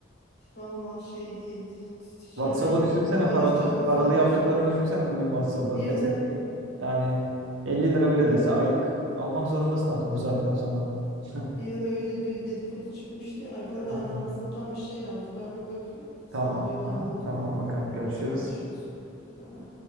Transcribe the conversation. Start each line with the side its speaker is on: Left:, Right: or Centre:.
Left: vallahi şey değil. Şey
Right: WhatsApp'ı
Left: hayat
Right: düşünsene
Left: kolaylaşacağına
Right: paralı, paralı
Left: zorlaşıyor.
Right: yaptıklarını düşünsene bugün WhatsApp'ı.
Left: Bir
Right: Dese
Left: ara
Right: ki yani 50 lira bile
Left: evet
Right: dese aylık almak zorundasın artık bu saatten sonra. <laughs>
Left: Bir ara öyle bir dedikodu çıkmıştı. ya. Ay bu arada
Right: Evet,
Left: annem
Right: evet.
Left: WhatsApp'tan bir şey yazdı. Ben bir bakayım. Sana
Right: Tamam.
Left: döneyim
Right: Aha,
Left: oldu
Right: tamam
Left: mu?
Right: bakalım.
Left: Hadi
Right: Görüşürüz.
Left: görüşürüz. Bay bay.